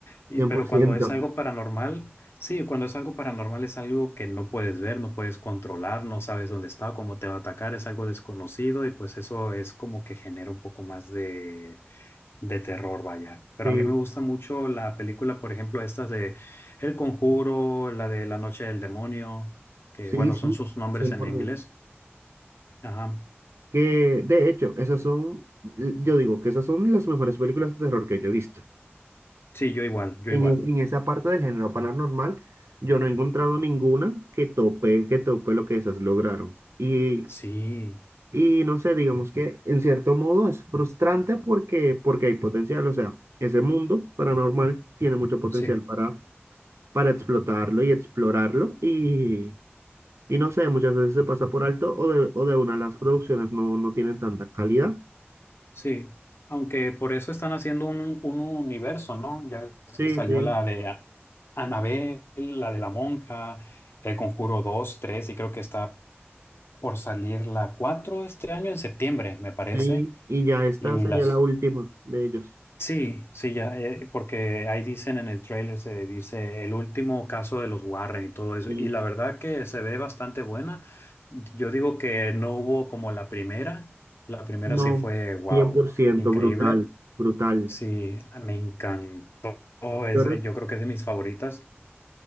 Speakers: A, on the left; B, on the right.
A: Y,
B: cien
A: pero
B: por ciento
A: cuando es algo paranormal... Sí, cuando es algo paranormal es algo que no puedes ver, no puedes controlar, no sabes dónde está, cómo te va a atacar, es algo desconocido y pues eso es como que genera un poco más de, de terror, vaya. Pero
B: sí,
A: a mí me gusta mucho la película, por ejemplo, estas de El Conjuro, la de La Noche del Demonio, que
B: sí,
A: bueno,
B: sí,
A: son sus nombres
B: cien
A: en
B: por
A: inglés.
B: ciento
A: Ajá.
B: Que de hecho, esas son, yo digo que esas son las mejores películas de terror que yo he visto.
A: Sí, yo igual, yo
B: En,
A: igual.
B: e- en esa parte del género paranormal, yo no he encontrado ninguna que tope, que tope lo que esas lograron. Y,
A: Sí,
B: y no sé, digamos que en cierto modo es frustrante porque, porque hay potencial. O sea, ese mundo paranormal tiene mucho potencial
A: sí.
B: para, para explotarlo y explorarlo. Y, y no sé, muchas veces se pasa por alto o de, o de una las producciones no, no tienen tanta calidad.
A: Sí, aunque por eso están haciendo un, un universo, ¿no? Ya es
B: Sí,
A: que salió
B: sí.
A: la de A- Annabelle, la de la monja, El Conjuro dos, 3 y creo que está por salir la 4 este año en septiembre, me parece.
B: Sí, y ya esta
A: Y
B: sería
A: las...
B: la última de ellos.
A: Sí, sí, ya, eh, porque ahí dicen en el tráiler, se dice el último caso de los Warren y todo eso.
B: Sí.
A: Y la verdad que se ve bastante buena. Yo digo que no hubo como la primera. La primera
B: No,
A: sí fue, wow,
B: cien por ciento
A: increíble.
B: brutal, brutal.
A: Sí, ah, me encantó. ese,
B: Yo, re-
A: yo creo que es de mis favoritas,